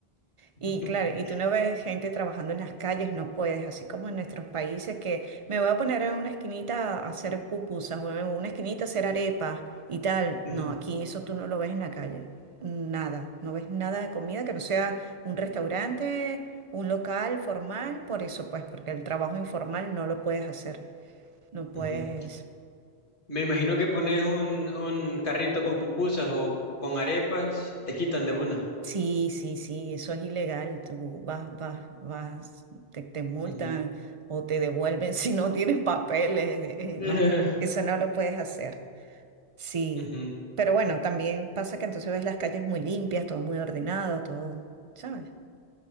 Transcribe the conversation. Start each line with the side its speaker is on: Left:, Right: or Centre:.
Left: <laughs>
Right: Y claro, y tú no ves gente trabajando en las calles, no puedes, así como en nuestros países que me voy a poner en una esquinita a hacer pupusas o en una esquinita a hacer arepas y tal.
Left: Ujú,
Right: No, aquí eso tú no lo ves en la calle, nada, no ves nada de comida que no sea un restaurante, un local formal, por eso pues, porque el trabajo informal no lo puedes hacer, no puedes.
Left: ujú. Me imagino que pones un, un carrito con pupusas o con arepas, te quitan de una.
Right: Sí, sí, sí, eso es ilegal. Tú vas, vas, vas, te, te multan
Left: Ujú.
Right: o te devuelven <laughs> si no tienes papeles.
Left: <laughs>
Right: eh, eh, no, eso no lo puedes hacer. Sí,
Left: Ujú.
Right: pero bueno, también pasa que entonces ves las calles muy limpias, todo muy ordenado, todo, ¿sabes?